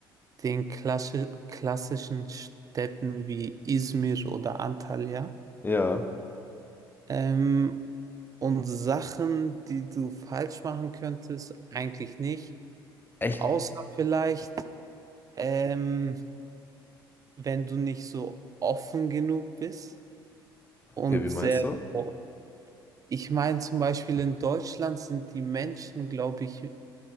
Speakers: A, on the right; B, on the left.
A: den klassi klassischen Städten wie Izmir oder Antalya.
B: Ja.
A: Ähm, und Sachen, die du falsch machen könntest, eigentlich nicht.
B: Echt?
A: Außer vielleicht, ähm, wenn du nicht so offen genug bist und
B: Okay, wie meinst
A: sehr
B: du?
A: so. Ich meine, zum Beispiel in Deutschland sind die Menschen, glaube ich,